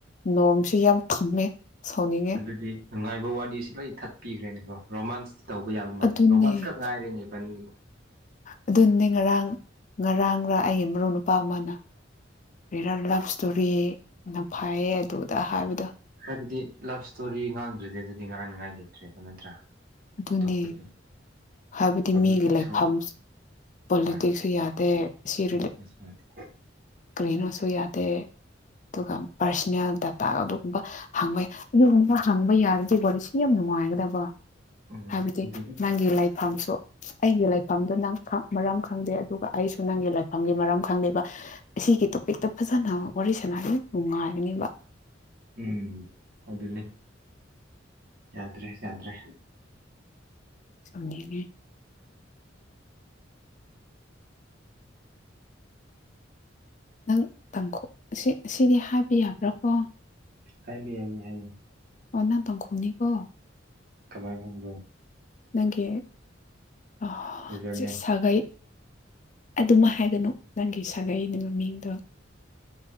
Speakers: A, on the left; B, on the right.
A: ꯅꯣꯡꯃꯁꯤꯦ ꯌꯥꯝ ꯊꯝꯃꯦ ꯁꯥꯎꯅꯤꯡꯉꯦ
B: ꯑꯗꯨꯗꯤ ꯅꯨꯡꯉꯥꯏꯕ ꯋꯥꯔꯤꯁꯤ ꯂꯣꯏ ꯊꯠꯄꯤꯈ꯭ꯔꯦꯅꯦꯀꯣ ꯔꯣꯃꯥꯟꯁꯇꯤ ꯇꯧꯕ ꯌꯥꯕ ꯃꯥꯜꯂꯦ
A: ꯑꯗꯨꯅꯦ
B: ꯔꯣꯃꯥꯟꯁ ꯈꯛ ꯉꯥꯏꯔꯦꯅꯦꯕꯅꯤ
A: ꯑꯗꯨꯅꯦ ꯉꯔꯥꯡ ꯉꯔꯥꯡꯒꯥ ꯑꯩꯒꯤ ꯃꯔꯨꯞ ꯅꯨꯄꯥ ꯑꯃꯅ ꯔꯤꯔꯔ ꯂꯞ ꯏꯁꯇꯣꯔꯤꯅ ꯐꯩꯌꯦ ꯑꯗꯨꯗ ꯍꯥꯏꯕꯗꯣ
B: ꯑꯗꯨꯗꯤ ꯂꯞ ꯏꯁꯇꯣꯔꯤ ꯉꯥꯡꯗ꯭ꯔꯗꯤ ꯑꯗꯨꯗꯤ ꯉꯥꯡꯅꯤꯉꯥꯏ ꯂꯩꯇ꯭ꯔꯦꯕ ꯅꯠꯇ꯭ꯔꯥ
A: ꯑꯗꯨꯅꯤ
B: <unintelligible>
A: ꯍꯥꯏꯕꯗꯤ
B: ꯄꯣꯂꯤꯇꯤꯛꯁꯁꯨ
A: ꯃꯤꯒꯤ ꯂꯩꯐꯝ ꯄꯣꯂꯤꯇꯤꯛꯁꯁꯨ
B: ꯍꯣꯏ
A: ꯌꯥꯗꯦ ꯁꯤꯔꯤ
B: ꯍꯣꯏ ꯁꯥꯗꯦ
A: ꯀꯔꯤꯅꯣ ꯁꯨ ꯌꯗꯦ ꯑꯗꯨꯒ ꯄꯥꯔꯁꯣꯅꯦꯜ ꯗꯇꯥ ꯑꯗꯨꯒꯨꯝꯕ ꯍꯥꯡꯕ ꯌꯥꯏ ꯑꯗꯨꯒꯨꯝꯕ ꯍꯥꯡꯕ ꯌꯥꯔꯗꯤ ꯁꯤ ꯌꯥꯝ ꯃꯥꯏꯒꯗ ꯄ
B: ꯎꯝ
A: ꯍꯥꯏꯕꯗꯤ
B: ꯑꯗꯨꯗꯤ
A: ꯅꯪꯒꯤ ꯂꯩꯥꯏꯐꯝꯁꯨ ꯑꯩꯒꯤ ꯂꯩꯥꯏꯐꯝꯗꯨꯣ ꯅꯪ ꯃꯔꯝ ꯈꯪꯗꯦ ꯑꯗꯨꯒ ꯑꯩꯁꯨ ꯅꯪꯒꯤ ꯂꯥꯏꯐꯝꯒꯤ ꯃꯔꯝ ꯈꯪꯗꯦꯕ ꯑꯁꯤꯒꯤ ꯇꯣꯄꯤꯛꯇ ꯐꯖꯅ ꯋꯥꯔꯤ ꯁꯥꯟꯅꯔꯤ ꯅꯨꯡꯉꯥꯏꯒꯅꯤ <inaudible>
B: ꯎꯝ ꯑꯗꯨꯅꯤ ꯌꯥꯗ꯭ꯔꯦ ꯌꯥꯗ꯭ꯔꯦ
A: ꯁꯖꯒꯦ ꯅꯪ ꯇꯥꯡꯀ ꯑꯁꯤꯗꯤ ꯍꯥꯕ ꯌꯥꯕ꯭ꯔꯥꯀꯣ
B: ꯍꯥꯏꯕꯤ <unintelligible> ꯍꯥꯏ ꯍꯥꯏ
A: ꯑꯣꯅꯥ ꯇꯪ ꯈꯨꯅꯤ ꯀꯣ
B: ꯀꯃꯥꯏ ꯈꯗꯣ
A: ꯅꯪꯒꯤ ꯑ
B: ꯌꯨꯖꯔ ꯅꯦꯝ
A: ꯁꯒꯩ ꯑꯗꯨꯃ ꯍꯥꯏꯒꯅꯨ ꯅꯪꯒꯤ ꯁꯥꯒꯩꯅꯤ ꯃꯃꯤꯡꯗꯣ